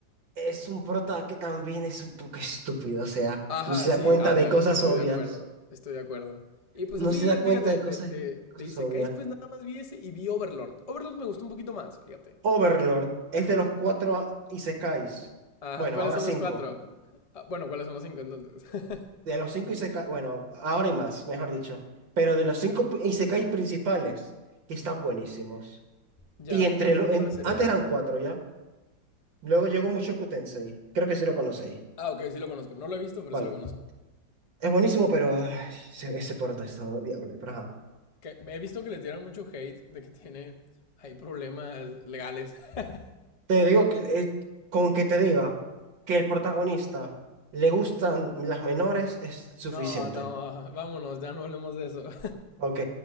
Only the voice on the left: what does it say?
Ajá,
sí,
ándale,
estoy
de acuerdo, estoy de acuerdo. Y pues
así,
fíjate,
de,
de,
de Isekais
pues nada más vi ese y vi Overlord. Overlord me gustó un poquito más, fíjate.
Sí.
Ajá,
¿cuáles
son
los cuatro? Ah, bueno, ¿cuáles son los cinco entonces? <laughs>
Ya,
¿y cu-
cuáles serían?
Ah, ok, sí lo conozco. No lo he visto, pero
sí lo conozco.
Que he visto que les dieron mucho hate de que tiene. Hay problemas legales. <laughs>
No, no, vámonos, ya no hablemos de eso. <laughs>